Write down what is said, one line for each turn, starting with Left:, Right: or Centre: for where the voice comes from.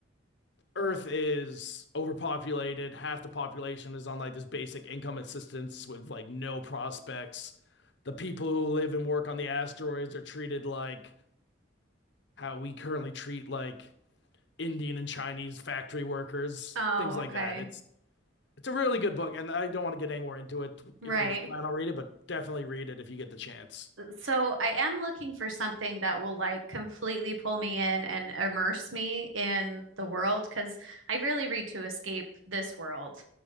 Left: Earth is overpopulated, half the population is on like this basic income assistance with like no prospects. The people who live and work on the asteroids are treated like how we currently treat like Indian and Chinese factory workers,
Right: Oh,
Left: things like
Right: okay.
Left: that. It's it's a really good book, and I don't want to get any more into it
Right: Right.
Left: if you plan on reading it, but definitely read it if you get the chance.
Right: So I am looking for something that will like completely pull me in and immerse me in the world because I really read to escape this world.